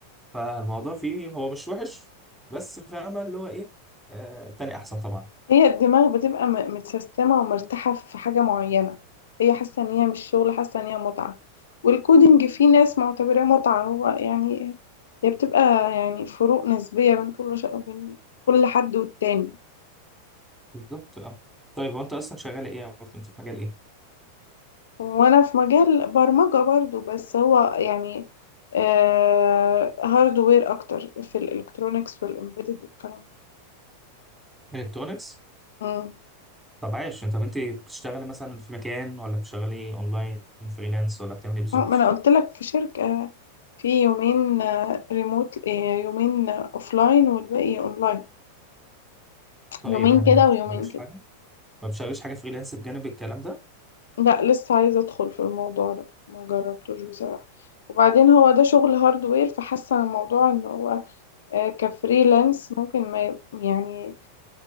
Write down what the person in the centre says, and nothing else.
فالموضوع فيه هو مش وحش بس فاهمه اللي هو ايه أه تاني احسن طبعا
بالظبط اه طيب هو انت اصلا شغال ايه او انت في مجال ايه
الكترونكس
طب عايش انت طب انت بتشتغلي مثلا في مكان ولا بتشتغلي اونلاين فريلانس ولا بتعملي ايه بالظبط
طيب
يعني
ما بتشتغليش
حاجه ما بتشتغليش حاجه فريلانس بجانب الكلام ده